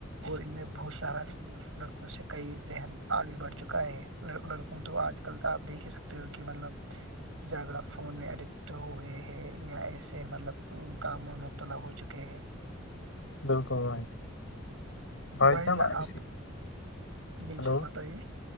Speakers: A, on the right; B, on the left.
A: اور ان میں بہت سارا لڑکوں سے کئی ذہن آگے بڑھ چکا ہے لڑکوں تو آج کل آپ دیکھ ہی سکتے کہ مطلب زیادہ فون میں اڈکٹ ہو گئے یا ایسے مطلب کام مبتلا ہو چکے ہے
B: بالکل وائی
A: تو
B: بچ
A: بھائی
B: جان اسسی
A: آپ بالکل
B: ہلو
A: بتائیے